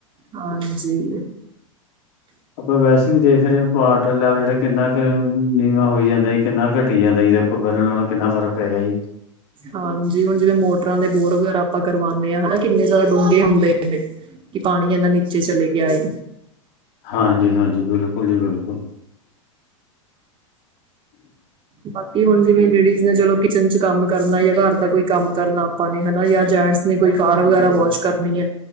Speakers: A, on the right; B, on the left.
A: ਹਾਂਜੀ
B: ਆਪਾਂ ਵੈਸੇ ਵੀ ਦੇਖ ਰਹੇ ਹ ਪਾਰਟਰ ਲੈਵਲ ਜਿਹੜਾ ਕਿੰਨਾ ਕੁ ਨੀਵਾ ਹੋਈ ਜਾਂਦਾ! ਕਿੰਨਾ ਘਟੀ ਜਾਂਦਾ ਜੀ ਦੇਖੋ ਪਹਿਲਾਂ ਨਾਲੋਂ ਕਿੰਨਾ ਫ਼ਰਕ ਪੈ ਗਿਆ ਜੀ
A: ਹਾਂਜੀ ਹੁਣ ਜਿਵੇਂ ਮੋਟਰਾਂ ਦੇ ਬੋਰ ਵੀ ਆਪਾਂ ਕਰਵਾਣੇ ਹਾਂ ਹਨਾ ਕਿੰਨੇ ਜ਼ਿਆਦਾ ਡੂੰਘੇ ਹੁੰਦੇ। ਕਿ ਪਾਣੀ ਇੰਨਾ ਨੀਚੇ ਚਲੇ ਗਿਆ ਏ
B: ਹਾਂਜੀ-ਹਾਂਜੀ! ਬਿਲਕੁਲ ਜੀ ਬਿਲਕੁਲ <unintelligible>
A: ਬਾਕੀ ਹੁਣ ਜਿਵੇਂ ਲੇਡੀਜ਼ ਨੇ ਚਲੋ ਕਿਚਨ ਚ ਕੰਮ ਕਰਨਾ ਜਾਂ ਘਰ ਦਾ ਕੋਈ ਕੰਮ ਕਰਨਾ ਆਪਾਂ ਨੇ ਹਨਾ ਜਾਂ ਜੈਂਟਸ ਨੇ ਕੋਈ ਕਾਰ ਵਗੈਰਾ ਵਾਸ਼ ਕਰਨੀ ਹੈ